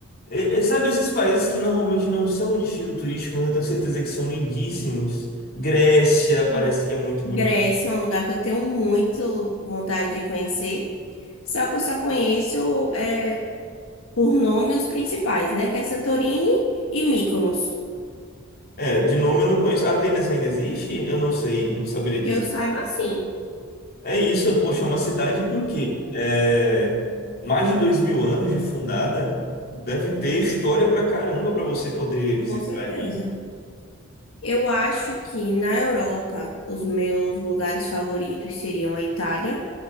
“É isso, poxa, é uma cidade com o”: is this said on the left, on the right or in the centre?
Left